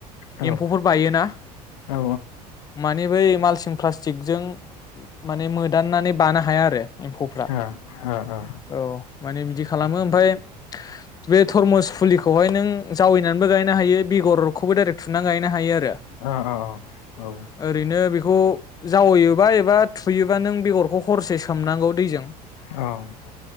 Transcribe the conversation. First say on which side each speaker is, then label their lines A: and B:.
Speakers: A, on the left (about 70°); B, on the left (about 20°).
A: औ ओ
B: एम्फौफोर बायोना
A: ओ
B: माने बै माल प्लास्टिकजों माने मोदाननानै बानो हाया आरो एम्फौफ्रा
A: ओ ओ ओ
B: औ माने बिदि खालामो ओमफाय बे थरमुस फुलिखौहाय नों जावैनानैबो गायनो हायो बेगरखौबो डाइरेक्ट थुनानै गायनो हायो आरो
A: ओ औ औ
B: ओरैनो बेखौ जावैयोबा एबा थुयोबा नों बेगरखौ हरसे सोमनांगौ दैजों
A: ओं औ